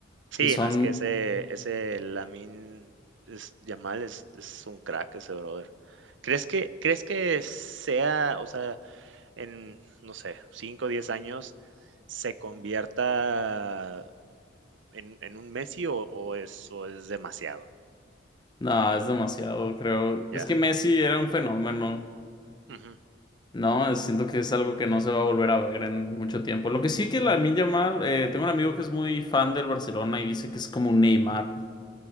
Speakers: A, on the right; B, on the left.
A: Sí,
B: y son,
A: no, es que ese ese Lamine es Yamal es es un crack ese brother. ¿Crees que crees que sea, o sea, en, no sé, 5 o 10 años se convierta en en un Messi o o es o es demasiado?
B: nada, es demasiado, creo.
A: Ya,
B: Es que Messi era un fenómeno,
A: ujú,
B: ¿no? Siento que es algo que no se va a volver a ver en mucho tiempo. Lo que sí que la milla mal, eh, tengo un amigo que es muy fan del Barcelona y dice que es como un Neymar.